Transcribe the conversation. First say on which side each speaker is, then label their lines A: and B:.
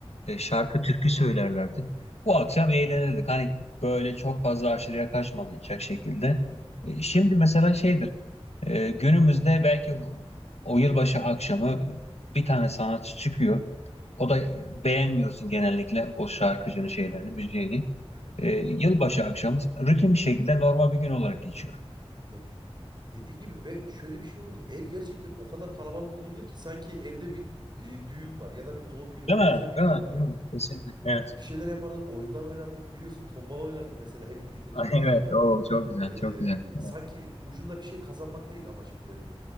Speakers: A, on the left; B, on the right.
A: e, şarkı türkü söylerlerdi. Bu akşam eğlenirdik. Hani böyle çok fazla aşırıya kaçmayacak şekilde.
B: Hı hı.
A: E, şimdi mesela şeydir. e, günümüzde belki o, o yılbaşı akşamı bir tane sanatçı çıkıyor. O da e, beğenmiyorsun genellikle o şarkıcının şeylerini, müziğini.
B: Evet.
A: E, yılbaşı akşamı rutin bir şekilde normal bir gün olarak geçiyor.
B: Ya dediğin gibi ve şöyle bir şey olurdu. Ev gerçekten o kadar kalabalık olurdu ki sanki evde bir e, düğün var ya da bir doğum günü
A: Değil
B: var, özel
A: mi?
B: bir
A: Değil
B: gün
A: mi?
B: var.
A: Değil mi? Kesinlikle. Evet.
B: Bir şeyler yapardık, oyunlar oynardık. Biliyorsun tombala oynardık mesela hep birlikte toplanırdık.
A: <laughs> Evet. O çok güzel.
B: Ee,
A: Çok güzel.
B: sanki
A: Evet.
B: ucunda bir şey kazanmak değil amaç buradaki.